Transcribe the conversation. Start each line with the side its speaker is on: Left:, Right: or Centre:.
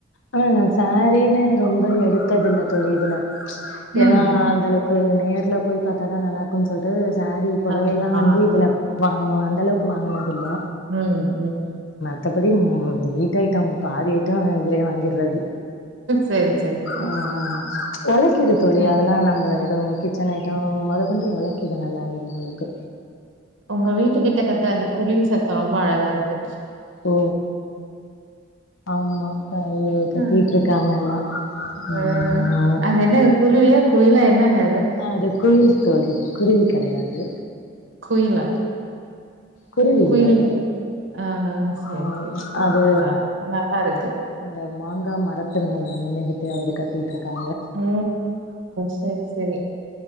Left: ஆனா நான் சரீனு ரொம்ப எடுத்தது இல்ல சொல்லுங்கப்பா ஏன்னா
Right: ம்
Left: அந்த அளவுக்கு நேர்ல போய் பார்த்தாதான் நல்லா இருக்கும்ன்னு சொல்லிட்டு சாரீ புடவைல்லாம்
Right: ஆமா
Left: வந்து இதுல வாங்க அந்த அளவுக்கு வாங்கினது இல்ல
Right: உஹம் உம்
Left: மற்றபடி வீட்டு ஐட்டம் பாதி ஐட்டம் காலி இதுல வாங்கிடுறது
Right: செரி செரி
Left: ஆஹ்ஹ் உழைக்குது தோழி
Right: ம்
Left: அதெல்லாம் நம்ம எதுவும் கிச்சன் ஐட்டம்
Right: ம்
Left: மொத கொண்டு உழைக்க இது நல்லாவே இல்ல உங்களுக்கு
Right: உங்க வீட்டு கிட்ட கத்துற அந்த குருவி சத்தம் ரொம்ப அழகா இருக்கு
Left: ஓ ஆமா அது கத்தட்டு
Right: ம்
Left: இருக்காங்கல்லாம் ஆஹ்
Right: ஆ அது என்னங்க குருவியா குயிலா என்னங்க
Left: அஹ அது குயில் தோழி குருவி கிடையாது
Right: குயிலா
Left: குருவி
Right: குயில்
Left: இல்ல
Right: இருக்காது
Left: அது
Right: ஆஹ சரி
Left: ஆ
Right: சரி
Left: அது
Right: அதான் நல்லா இருக்கு
Left: அந்த மாங்காய் மரத்து மேல நின்னுகிட்டு அவரு கத்தி க்கா
Right: ஓ! சரி, சரி.